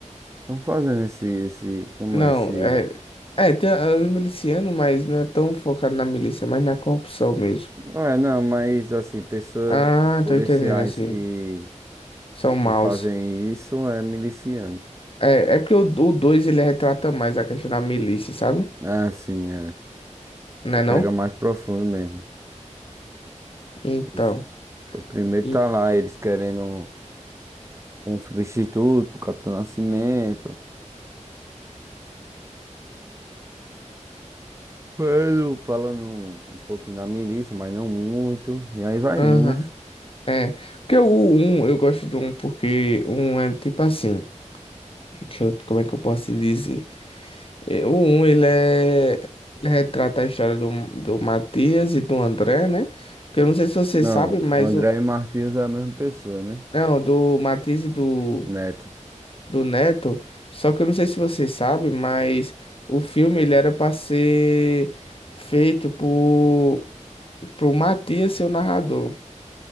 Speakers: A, on the right; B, on the left.
A: estão fazendo esse, esse, como
B: Não,
A: é, esse...
B: é. É, tem os milicianos, mas não é tão focado na milícia, mas na corrupção mesmo.
A: Não é, não, mas assim, pessoas,
B: Ah,
A: policiais
B: tô entendendo, assim.
A: que,
B: São maus.
A: que fazem isso é miliciano.
B: É, é porque o dois ele retrata mais a questão da milícia, sabe?
A: Ah, sim, é.
B: Não é não?
A: Pega mais profundo mesmo.
B: Então.
A: Os- o primeiro
B: E-
A: tá lá, eles querendo um, um substituto pro Capitão Nascimento. Eu falando um, um pouquinho da milícia, mas não muito. E aí vai
B: Aham.
A: indo, né?
B: É, porque o um eu gosto do um porque o 1 é tipo assim, deixa eu, como é que eu posso te dizer? É, O um ele é, ele retrata a história do, do Matias e do André, né? Porque eu não sei se você
A: Não,
B: sabe, mas,
A: André
B: o,
A: e Martins é a mesma pessoa, né?
B: não, do Matias e do,
A: Neto.
B: do Neto, só que eu não sei se você sabe, mas o filme, ele era para ser feito por, pro Matias ser o narrador.